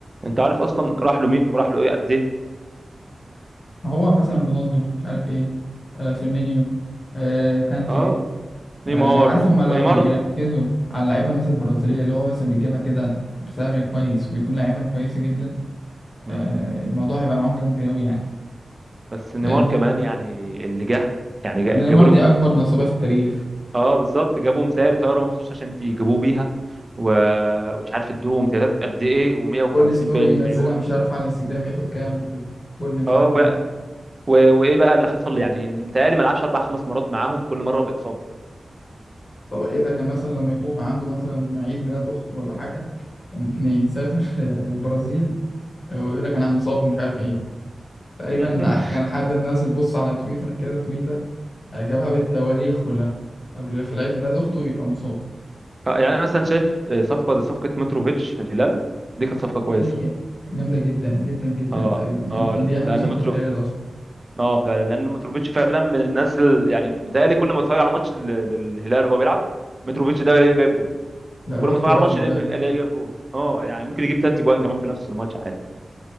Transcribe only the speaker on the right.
انت عارف اصلا راح له مين وراح له ايه قد ايه
اه
نيمار
ونيمار
مم.
بس نيمار
كمان يعني اللي جه يعني جا-
جابوا لهم
اه بالظبط جابوا مسائل طياره مخصوص عشان ت- يجيبوه بيها و- ومش عارف ادوا امتيازات قد ايه و150
باين مليون
اه
و- وايه بقى اللي حصل يعني متهيألي ما لعبش اربع خمس مرات معاهم كل مره باصابه
<laughs>
يعني انا مثلا شايف آه، صفقه زي صفقه متروفيتش في الهلال دي كانت صفقه كويسه
اه
اه
لان
مترو
اه فعلا لان متروفيتش فعلا من الناس ال... يعني متهيألي كل ما اتفرج على ماتش ال- للهلال وهو بيلعب متروفيتش ده الاقيه جايب جون
كل ما اتفرج
على ماتش
الاقيه الاقيه جايب جون اه يعني ممكن يجيب تلات جوان كمان في نفس الماتش